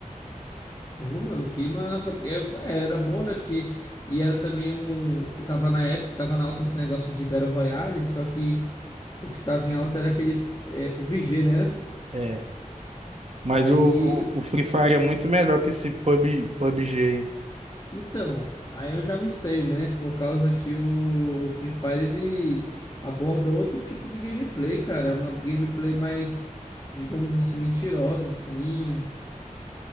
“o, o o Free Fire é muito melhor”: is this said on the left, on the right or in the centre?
Right